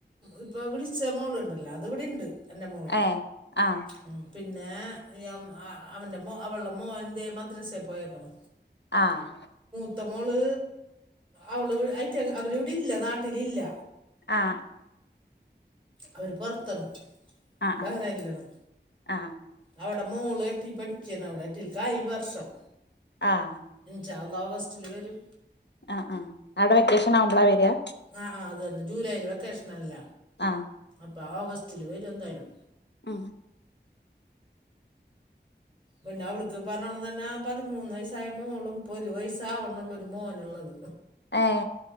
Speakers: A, on the right; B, on the left.
A: ഇപ്പൊ വിളിച്ച മോളുണ്ടല്ലോ അത് ഇവിടെണ്ട് എന്റെ മോള്
B: ഏ ആ
A: ഉം പിന്നെ <unintelligible> അവൻ്റെ മോ അവള്ള മോന്റെ മദ്രസെ പോയേക്ക് ണ്
B: ആഹ്
A: ത്തമോള് അവള് <unintelligible> അവരിവിടെ ഇല്ല നാട്ടിലില്ല
B: ആ ആ
A: അവര് പൊർ ത്ത്
B: ആ
A: ബഹറൈനിലാണ്
B: ആ
A: അവ ടെ മോള് എട്ടിൽ പഠിക്കാണ് അവിടെ എട്ടിൽക്കായി ഈ വർഷം
B: ആഹ്
A: യാഅള്ളാഹു ഫസ്റ്റിൽ വരും
B: ആഹ് ആഹ് അവിടെ വെക്കേഷൻ ആവുമ്പളാ വരാ
A: ആ ആ അത് ജൂലായി ല് വെക്കേഷനല്ല
B: ആഹ്
A: <unintelligible> വാവ ഓഗസ്റ്റില് വരും എന്തായാലും
B: അ
A: പിന്നെ അവൾക്ക് പറഞ്ഞ തന്നെ പതിമൂന്ന് വയസ്സായ മോളും ഒരു വയസ്സാവണുള്ളൊരു മോന ഉള്ളത്
B: ഏ